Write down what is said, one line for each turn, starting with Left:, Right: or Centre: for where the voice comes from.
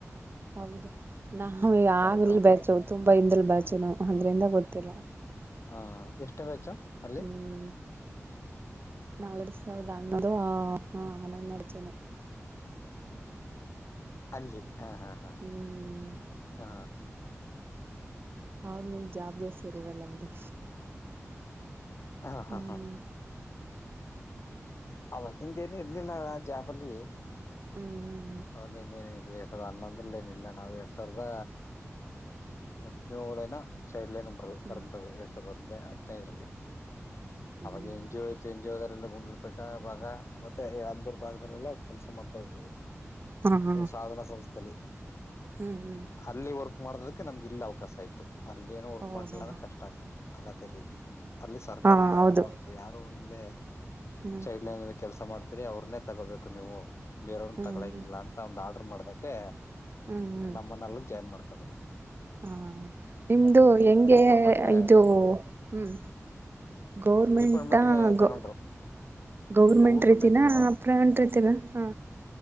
Right: ಹೌದು ನಾವು ಈ ಯಾವ್ಲಿ
Left: ಕಾರ್ಯಕ್ರಮ
Right: ಬ್ಯಾಚು
Left: ಮಾಡಿದ್ವಿ
Right: ಹೊಯ್ ತುಂಬಾ ಹಿಂದಲ್ ಬ್ಯಾಚುನು
Left: ಹ
Right: ಅಂದ್ರಿಂದ ಗೊತ್ತಿಲ್ಲ.
Left: ಹ್ಮ್ ಎಷ್ಟನೇ ಬ್ಯಾಚ್. ಅಲ್ಲಿ
Right: ಹ್ಮ್ ನಾವು ಎರಡು ಸಾವಿರದ ಹನ್ನೊಂದು ಆ ಹಾ ಹನ್ನೊಂದ್ ನಡಚನೆ.
Left: ಅಲ್ಲಿ ಆ ಹಾ ಹಾ
Right: ಹ್ಮ್
Left: ಹಾ ಆ
Right: ಅವಾಗ್ ನೀವ್ ಜಾಬ್ಗೆ ಸೇರಿರಲ್ಲ ಬಿಡಿ.
Left: ಹ ಹಾ
Right: ಹ್ಮ್
Left: ಹಾ ಅವತ್ತಿಂದ್ದೇನು ಇರ್ಲಿಲ್ಲ ನಾವ್ ಜಾಬಲ್ಲಿ
Right: ಹ್ಮ್
Left: ಅವಾಗೇಂದ ಏನೇನಿಲ್ಲ ಎರಡ್ ಸಾವಿರದ ಹನ್ನೊಂದ್ರಲ್ಲಿ ಏನಿಲ್ಲ ನಾವ್ ಎರಡ್ ಸಾವಿರದ ಹದಿನೇಳೇನ ಚೈಲ್ಡ್ ಲೈನ್
Right: ಹ್ಮ್
Left: ಬರ್ದ್ ಎರಡ್ ಸಾವಿರದ ಹದ್ ದ್ರೆ ಹದ್ನೈದ್ರಲ್ಲಿ
Right: ಹ್ಮ್
Left: ಅವಾಗ ಏನ್ ಜಿ ಓ ಚೆಂಜ್ ಜೇಗಾರಿಂದ ಗುಂಡ್ಲು ಪೇಟೆ ಭಾಗ ಮತ್ತೆ ಅಂದೂರ್ ಭಾಗದಲ್ಲೆಲ್ಲ ಕೆಲಸ ಮಾಡ್ತಾ ಇದ್ವಿ.
Right: ಹಾ ಹಾ
Left: ಸಾಧನಾ ಸಂಸ್ಥೆಯಲ್ಲಿ.
Right: ಹ್ಮ್ ಹ್ಮ್
Left: ಅಲ್ಲಿ ವರ್ಕ್ ಮಾಡೋದಕ್ಕೆ ನಮ್ಗೆ ಇಲ್ಲಿ ಅವಕಾಶ ಆಯ್ತು. ಅಲ್ಲಿ ಏನ್ ವರ್ಕ್
Right: ಓ
Left: ಮಾಡ್ಲಿಲ್ಲಂದ್ರೆ ಕಷ್ಟ ಆಗ್ತಿತ್ತು. ತಗತಾ ಇರಿ. ಅಲ್ಲಿ ಸರ್ಕಾರ
Right: ಹಾ
Left: ಒಂದ್
Right: ಹೌದು
Left: ಆರ್ಡರ್ ಮಾಡ್ತು, ಯಾರೊ ಅಂದೆ.
Right: ಹ್ಮ್
Left: ಚೈಲ್ಡ್ ಲೈನ್ಲಿ ಕೆಲಸ ಮಾಡ್ ರಿ ಅವ್ರನ್ನೇ ತಗೋಬೇಕು ನೀವು, ಬೇರೆ
Right: ಹ್ಮ್
Left: ತಗಳಂಗಿಲ್ಲ
Right: ಹ್ಮ್
Left: ಅಂತ <unintelligible> ಮಾಡದಕ್ಕೆ
Right: ಹ್ಮ್ ಹ್ಮ್
Left: ನಮ್ಮನ್ನೆಲ್ಲ ಜಾಯ್ನ್ ಮಾಡ್ಕ ಕದರು
Right: ಹಾ ನಿಮ್ದು ಹೆಂಗೆ
Left: ಡಿಪಾರ್ಟ್ಮೆಂಟ್ಗೆ
Right: ಇದು ಹ್ಮ್ ಗೌರ್ಮೆಂಟ,
Left: ಡಿಪಾರ್ಟ್ಮೆಂಟ್ಗೆ ತಗೊಂಡ್ರು
Right: ಗ ಗೌರ್ಮೆಂಟ್
Left: ಗೌರ್ನಮೆಂಟು
Right: ರೀತಿನ ಪ್ರೈವಂಟ್ ರೀತಿನ ಹ?